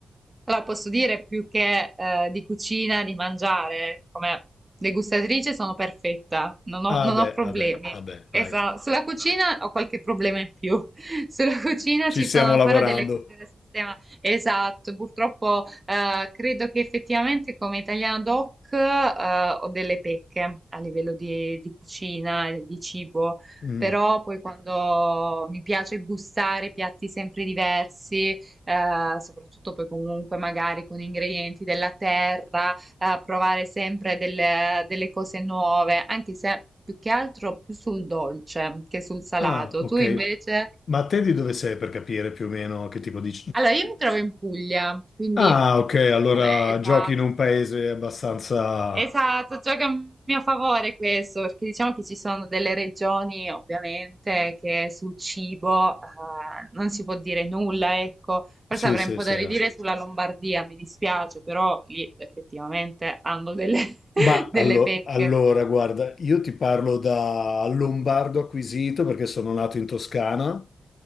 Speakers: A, on the right; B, on the left.
A: allora posso dire più che eh, di cucina, di mangiare, come degustatrice sono perfetta, non ho,
B: Ah,
A: non
B: beh,
A: ho problemi.
B: vabbè, vabbè, dai,
A: Esatto, sulla cucina ho qualche problema in più. <laughs> Sulla cucina
B: ci
A: ci
B: stiamo
A: sono ancora
B: lavorando.
A: delle cose da sistema. Esatto, purtroppo eh, credo che effettivamente come italiano doc eh, ho delle pecche a livello di, di cucina, e di cibo,
B: Mm.
A: però poi quando mi piace gustare piatti sempre diversi, eh, soprattutto poi comunque magari con ingredienti della terra, eh, provare sempre delle, delle cose nuove, anche se più che altro più sul dolce che sul salato.
B: Ah, ok.
A: Tu invece?
B: Ma te di dove sei per capire più o meno che tipo di...
A: Allora, io mi trovo in Puglia, quindi
B: Ah, ok, allora
A: com'è? Esatto.
B: giochi in un paese abbastanza...
A: Esatto, gioca a mio favore questo, perché diciamo che ci sono delle regioni ovviamente che sul cibo eh, non si può dire nulla, ecco, forse
B: Sì,
A: avrei
B: sì,
A: un po'
B: sì.
A: da ridire
B: ah.
A: sulla Lombardia, mi dispiace, però lì effettivamente hanno delle, <laughs>
B: Ma
A: delle
B: allo-
A: pecche.
B: allora, guarda, io ti parlo da lombardo acquisito perché sono nato in Toscana,